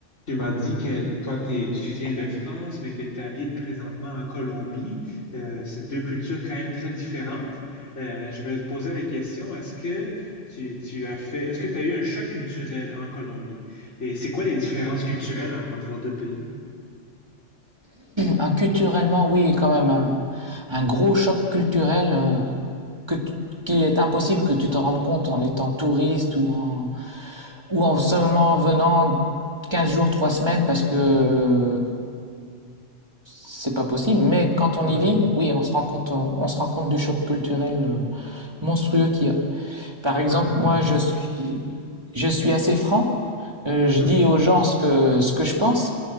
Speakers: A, on the left (about 70°); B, on the right (about 20°).
A: Tu m'as dit que toi, t'es- tu viens de France, mais que tu habites présentement en Colombie. Euh, c'est deux cultures quand même très différentes. Euh, je me posais la question, est-ce que tu, tu as fait, est-ce que tu as eu un choc culturel en Colombie? Et c'est quoi les différences culturelles en- entre vos deux pays?
B: Ah, culturellement, oui, quand même, un, un gros choc culturel euh, que t- qu'il est impossible que tu te rendes compte en étant touriste ou en, ou en seulement venant 15 jours, 3 semaines parce que
A: Mhm.
B: c'est pas possible, mais quand on
A: Mm.
B: y vit, oui, on se rend compte, on, on se rend compte du choc culturel euh, monstrueux qu'il y a. Par exemple,
A: Ah, ah.
B: moi, je suis, je suis assez franc. euh,
A: Mhm.
B: je dis aux gens ce que, ce que je pense.